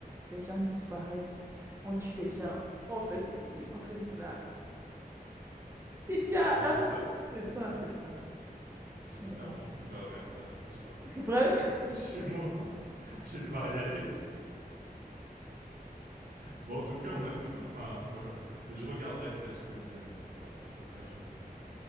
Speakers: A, on the right (about 15°); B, on the right (about 70°).
A: les gens disparaissent, on tue les gens, on fait ceci, on fait cela. Si tu
B: Bon
A: as
B: bah j'espère,
A: un coup, c'est ça,
B: hmm,
A: c'est ça.
B: j'espère
A: Mhm.
B: en tout cas qu'il va rien se passer ce soir.
A: Bref,
B: <laughs> Chez moi, <laughs> je vais devoir y aller. Bon en tout cas on a, con- enfin <laughs> voilà, mais je regarderai peut-être Squid Game pour voir. Si tu regardes, je me dis que